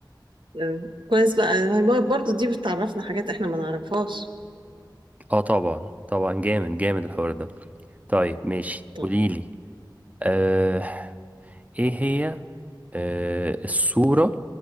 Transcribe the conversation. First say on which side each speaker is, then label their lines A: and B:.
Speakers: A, on the right; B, on the right.
A: آه، كويس بقى هي برضو دي بتعرفنا حاجات احنا ما نعرفهاش
B: اه طبعا طبعا جامد جامد الحوار ده طيب ماشي
A: طب
B: قوليلي آه ايه هي آه السورة